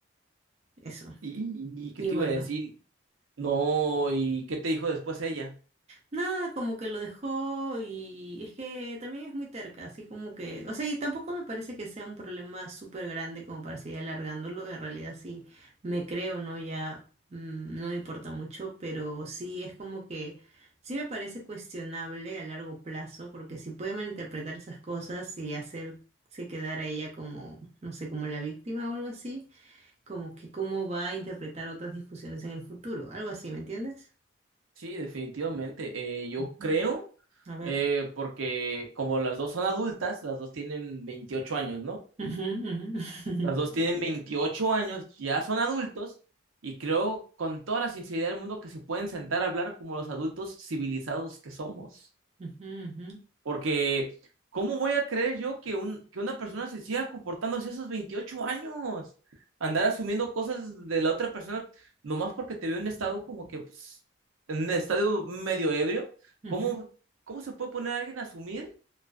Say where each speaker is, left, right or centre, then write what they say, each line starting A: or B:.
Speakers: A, on the right; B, on the right.
A: eso.
B: ¿Y, y qué
A: Y
B: te
A: bueno.
B: iba a decir? No, ¿y qué te dijo después ella?
A: Nada, como que lo dejó y es que también es muy terca, así como que, o sea, y tampoco me parece que sea un problema súper grande como para seguir alargándolo, en realidad sí me creo, ¿no? Ya mm, no me importa mucho, pero sí es como que, sí me parece cuestionable a largo plazo, porque si puede malinterpretar esas cosas y hacerse quedar a ella como, no sé, como la víctima o algo así, como que cómo va a interpretar otras discusiones en el futuro, algo así, ¿me entiendes?
B: Sí, definitivamente. eh, yo
A: Ujú.
B: creo,
A: A ver.
B: eh, porque como las dos son adultas, las dos tienen 28 años, ¿no?
A: Ujú, ujú, <laughs>
B: Las dos tienen 28 años, ya son adultos y creo con toda la sinceridad del mundo que se pueden sentar a hablar como los adultos civilizados que somos.
A: ujú, ujú,
B: Porque, ¿cómo voy a creer yo que, un, que una persona se siga comportando así a esos 28 años? Andar asumiendo cosas de la otra persona nomás porque te veo en estado como que, pues, en un estado medio ebrio.
A: ujú.
B: ¿Cómo, cómo se puede poner a alguien a asumir?